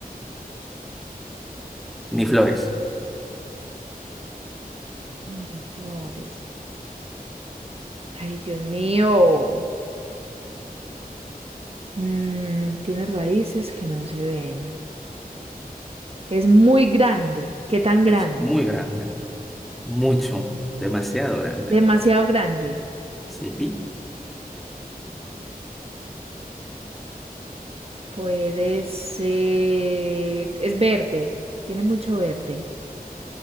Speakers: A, in the centre; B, on the right.
A: Ni flores.
B: ni flores. Ay, Dios mío. Mm, tiene raíces que no se ven. Es muy grande. ¿Qué tan grande?
A: Es muy grande. Mucho. Demasiado grande.
B: Demasiado grande.
A: Sí, pi.
B: Puede ser... Es verde. Tiene mucho verde.